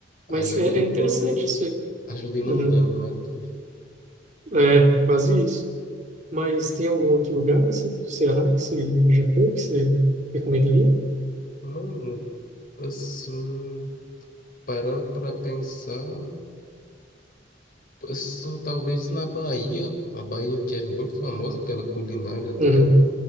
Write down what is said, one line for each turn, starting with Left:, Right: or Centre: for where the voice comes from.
Right: Mas
Left: Ajuda
Right: é, é interessante
Left: com.
Right: isso aí.
Left: Ajuda inundando,
Right: Uhum.
Left: né? Tudo.
Right: É, quase isso. Mas tem algum outro lugar, assim, do Ceará, que você já foi, que você recomendaria?
Left: Mano, assim, parando pra pensar, assim, talvez na Bahia, a Bahia que é muito famosa pela culinária dela.
Right: Uhum.